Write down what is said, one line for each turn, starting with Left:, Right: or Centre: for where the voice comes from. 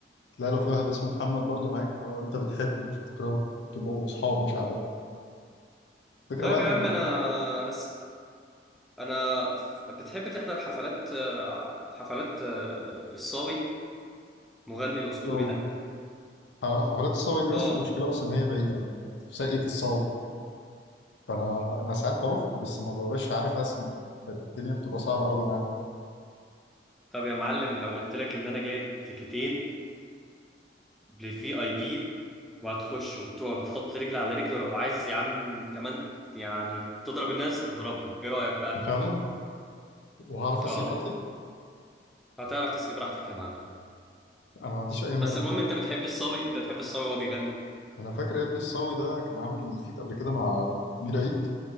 Left: تلاقي لو في واحد اسمه محمد برضه معاك اللي هو انت بتحبه مش بتكرهه تبقوا اصحاب مش اعداء الفكره
Centre: طيب
Left: بقى ان
Centre: يا عم انا انا س- انا ف- بتحب تحضر حفلات آه، حفلات آه، الصاوي مغني الاسطوري
Left: هم-
Centre: ده
Left: آه، حفلات الصاوي دي
Centre: اه
Left: بس المشكلة بس إن هي بعيدة يعني هي في ساقية الصاوي فأنا أنا ساعات بروح بس ما ببقاش عارف أسقي فالدنيا بتبقى صعبة أوي معايا
Centre: طب يا معلم لو قلت لك ان انا جايب تيكتين للفي اي بي وهتخش وتقعد وتحط رجل على رجل ولو عايز يا عم كمان يعني تضرب الناس هتضربهم ايه رايك بقى
Left: فعلا وهعرف أسقي
Centre: اه
Left: براحتي
Centre: هتعرف تسقي براحتك يا معلم
Left: أنا ما عنديش أي مانع
Centre: بس المهم انت بتحب الصاوي انت بتحب الصاوي وهو بيغني
Left: أنا فاكر يا ابني الصاوي ده كان عامل فيت قبل كده مع أمير عيد